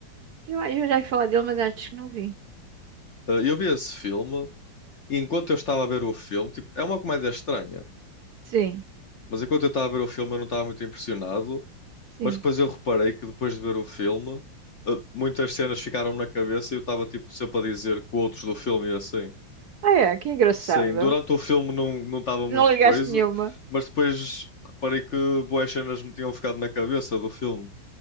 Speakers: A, on the right; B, on the left.
A: Eu, eu já ia falar dele, mas acho que não vi.
B: Ah, eu vi esse filme e enquanto eu estava a ver o filme, tipo, é uma comédia estranha,
A: Sim,
B: mas enquanto eu estava a ver o filme eu não estava muito impressionado,
A: sim.
B: mas depois eu reparei que depois de ver o filme, ah, muitas cenas ficaram-me na cabeça e eu estava tipo sempre a dizer quotes do filme e assim.
A: Ah, é, que engraçado.
B: Sim, durante o filme não não estava muito
A: Não ligaste
B: coisa,
A: nenhuma.
B: mas depois reparei que boas cenas me tinham ficado na cabeça do filme.